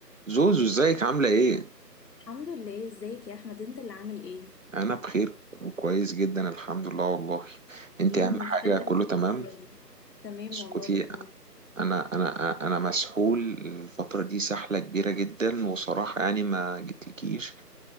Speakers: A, on the right; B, on the left.
A: زوزو ازيك عاملة ايه؟
B: الحمد لله ازيك يا احمد انت اللي عامل ايه
A: أنا بخير وكويس جدا الحمد لله والله انت
B: ايه
A: أهم
B: مختفي
A: حاجة كله
B: الفترة
A: تمام
B: دي تمام
A: اسكتي
B: والله الحمد
A: أنا أنا أنا مسحول الفترة دي سحلة كبيرة جدا وصراحة يعني ما جتلكيش